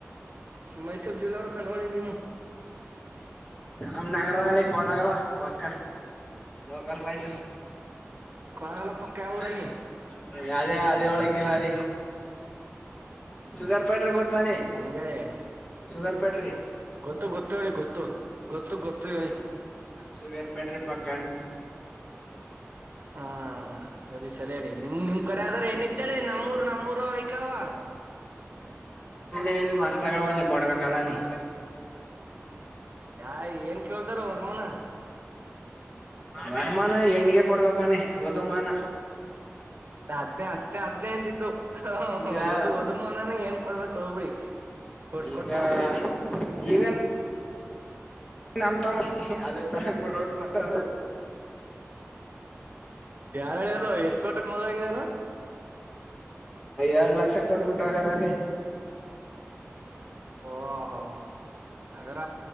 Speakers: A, on the right; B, on the left.
A: ಮೈಸೂರು ಜಿಲ್ಲೆ ನಾರ್ಕೋಲಿ ನೀವೂ..
B: ಆಮ ನಗರ, ಅಲ್ಲಿ ಕೊಲಾಗಲ್ಲ ಪಕ್ಕ. ಲೋಕಲ್ ಬಾಯ್....
A: ಕೊಳಗಲ
B: !
A: ಪಕ್ಕ ಯಾವೂರನಿ
B: ಅದೇ, ಅದೇ, ಒಳಂಗಿಲ್ಲಾನ. ಶುಗರ್ ಪೌಡ್ರ ಗೊತ್ತ....
A: ಹಂಗೇ
B: ! ಶುಗರ್. ಪಡ್ರಿ.
A: ಗೊತ್ತು, ಗೊತ್ತು... ಗೊತ್ತು ಹೇಳಿ. ಗೊತ್ತು ಗೊತ್ತು ಗೊತ್ತು ಹೇಳಿ.
B: ಸುಗರ್ ಫ್ಯಾಕ್ಟರಿ ಪಕ್ಕ.
A: ಹಾ.. ! ಸರಿ ಸರಿ ಹೇಳಿ ನಿಮ್ ನಿಮ್ ಕಡೆ ಆದ್ರ ಎಣ್ಣಿ? ಎಡಳಿ ನಮ್ಮೂರು, ನಮ್ಮೂರು, ಐಕಾವ.
B: ಎನ್ ಮಸ್ತ್? ಆಗವ ನೀ ಕೊಡ್ಬೇಕಲ್ಲ ನೀ.
A: ಯಾ ಏನ್ ಕೇಳ್ದಾರ? ತಮ್ಮನ.
B: ವರಮಾನ ಹೆಣ್ಗೆ ಕೊಡ್ಬೇಕಾನಿ! ವದ ಮಾನ.
A: ಅದ್ ಹದ್ನೇ... ! ಹದ್ನೇ... ! ಹದ್ನೇ... ! ಅಂತಿದ್ದು ಹ್ಹಾ.. ! ಹ್ಹ
B: ಈಗ ಈಗ
A: ವಧು ವಧು ಮನಾನೇ ಏನ್ ಕೊಡ್ಬೇಕು ಹೋಗಬಿ ಕೊಡ್ಸ್ಕೊಟ್ಬಡಮ
B: ಈಗ ಈಗ
A: ಇ... !
B: ನಮ್ ತಮ್ಮಿ ಅದೇ ತ ಕೂಡಟ್ ಮಾಡ...
A: ಯಾರ ಹೇಳಿದ್ರು ಎಷ್ಟ್ ಕೊಟಕ್ಕೆ ಮೊದ್ ಆಗಿದಾರ
B: ಎರಡ್ ಲಕ್ಷ ಕೊಟ್ಬಿಟ್ಟೋಗಾರ ಲೆ
A: ಓಹೋ ಹಾ-ಹಾ-ಹಾ ಅಗರ